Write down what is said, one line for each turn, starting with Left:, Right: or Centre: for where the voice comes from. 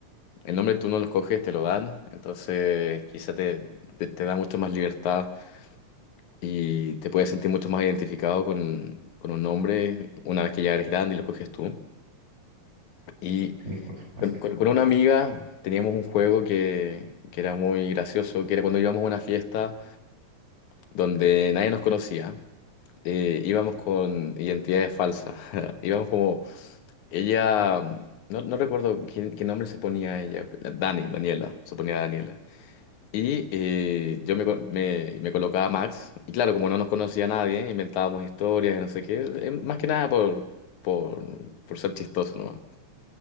Left: el nombre tú no lo escoges, te lo dan, entonces quizá te, te, te da mucho más libertad y te puedes sentir mucho más identificado con, con un nombre una vez que ya eres grande y lo coges tú. Y
Right: Sí, por supuesto.
Left: con, con- con una amiga teníamos un juego que, que era muy gracioso, que era cuando íbamos a una fiesta donde nadie nos conocía, eh, íbamos con identidades falsas. <laughs> Íbamos como, ella, no, no recuerdo qué, qué nombre se ponía ella, Dani, Daniela, se ponía Daniela. Y eh, yo me, co- me, me colocaba Max, y claro, como no nos conocía nadie, inventábamos historias y no sé qué, eh, más que nada por, por, por ser chistoso, ¿no?